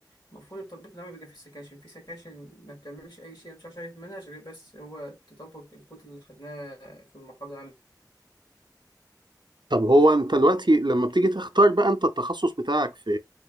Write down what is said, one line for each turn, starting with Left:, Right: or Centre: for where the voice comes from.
Left: المفروض التطبيق العملي بيبقى فيه سكاشن في سكاشن ما بتعملش أي شيء مش عارف شايف منهج غير بس هو تطبق الكود اللي خدناه في المحاضرة العامة
Right: طب هو انت دلوقتي لما بتيجي تختار بقى انت التخصص بتاعك في